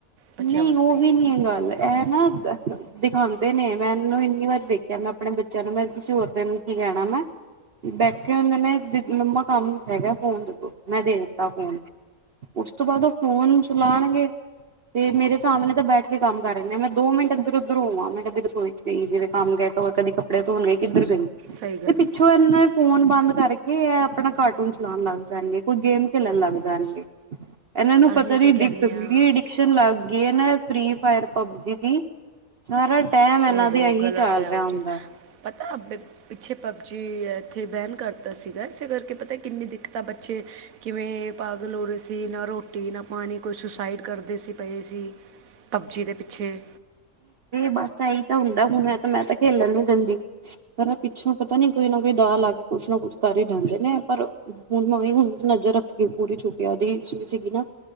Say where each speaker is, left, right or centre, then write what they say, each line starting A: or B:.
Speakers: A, on the right; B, on the right.
A: ਬੱਚਿਆਂ
B: ਨਈ
A: ਵਾਸਤੇ
B: ਉਹ ਵੀ ਨੀ ਏ ਗੱਲ, ਇਹ ਨਾ ਦਿਖਾਦੇ ਨੇ ਮੈਂ ਇਹਨੂੰ ਇੰਨੀ ਵਾਰੀ ਦੇਖਿਆ ਮੈਂ ਆਪਣੇ ਬੱਚਿਆਂ ਨੂੰ, ਮੈਂ ਕਿਸੇ ਹੋਰ ਦਿਨ ਕੀ ਕਹਿਣਾ ਮੈਂ ਬੈਠੇ ਹੁੰਦੇ ਦੇ ਨੇ, ਮਮਾ ਕੰਮ ਹੈਗਾ ਫੋਨ ਦਦੋ ਮੈਂ ਦੇ ਦਿੱਤਾ ਫੋਨ। ਉਸ ਤੋਂ ਬਾਅਦ ਉਹ ਫੋਨ ਚੁਲਾਣਗੇ ਤੇ ਮੇਰੇ ਸਾਹਮਣੇ ਤਾਂ ਬੈਠ ਕੇ ਕੰਮ ਕਰ ਰਹੇੇ ਨੇ, ਮੈਂ ਦੋ ਮਿੰਟ ਇੱਧਰ -ਉੱਧਰ ਹੋਵਾਂ। ਮੈਂ ਕਦੀ ਰਸੋਈ ਚ ਗਈ ਜਿਵੇਂ ਕੰਮ ਕਦੀ ਕਪ ਕੱਪੜੇ ਧੋਣੇ ਗਏ, ਕਿੱਧਰ ਗਈ
A: ਸਹੀ ਗੱਲ
B: ਤੇ ਪਿੱਛੇ ਇਹਨਾਂ ਨੇ ਫੋਨ ਬੰਦ ਕਰਕੇ ਇਹ ਆਪਣਾ ਕਾਰਟੂਨ ਚਲਾਣ ਲੱਗ ਜਾਣਗੇ, ਕੋਈ ਗੇਮ ਖੇਲਣ ਲੱਗ ਜਾਣਗੇ। ਇਹਨਾਂ ਨੂੰ
A: ਤਾਂ
B: ਪਤਾ
A: ਹੀ
B: ਨੀ
A: ਤਾਂ ਕਹਿੰਦੇ
B: ਦੀ
A: ਹਾਂ
B: ਅਡਿਕਸ਼ਨ ਲੱਗ ਗਈ ਨਾ ਫੀ ਫਾਇਰ ਪਬਜੀ ਦੀ ਸਾਰਾ ਟੈਮ ਇਹਨਾਂ
A: ਓਹੋ
B: ਦੇ ਇਹੀ
A: ਗਲਤ
B: ਚੱਲ
A: ਹੈ
B: ਰਿਹਾ
A: ਉਹ
B: ਹੁੰਦਾ।
A: ਚੀਜ਼ ਪਤਾ, ਪਿੱਛੇ ਪਬਜੀ ਇੱਥੇ ਬੈਨ ਕਰ ਤਾਂ ਸੀਗਾ। ਇਸੇ ਕਰਕੇ ਪਤਾ ਕਿੰਨੀ ਦਿੱਕਤ ਆ ਬੱਚੇ ਕਿਵੇਂ ਪਾਗਲ ਹੋ ਰਹੇ ਸੀ। ਨਾ ਰੋਟੀ, ਨਾ ਪਾਣੀ ਕੋਈ ਸੁਸਾਈਡ ਕਰਦੇ ਸੀ ਪਏ ਸੀ। ਪਬਜੀ ਦੇ ਪਿੱਛੇ
B: ਬਸ ਇਹੀ ਤਾਂ ਹੁੰਦਾ, ਹੁਣ ਮੈਂ ਤਾਂ ਖੇਲਣ ਨੀ ਦਿੰਦੀ। ਪਰ ਪਿੱਛੋਂ ਪਤਾ ਨੀ ਕੋਈ ਨਾ ਕੋਈ ਦਾਲ ਲਾ ਕੇ ਕੁਛ ਨਾ ਕੁਛ ਕਰ ਹੀ ਲੈਂਦੇ ਨੇ ਪਰ ਹੁਣ ਮ ਹੁਣ ਨਜ਼ਰ ਰੱਖੀ ਪੂਰੀ ਛੁੱਟੀ ਉਹਦੀ ਸੀਗੀ ਨਾ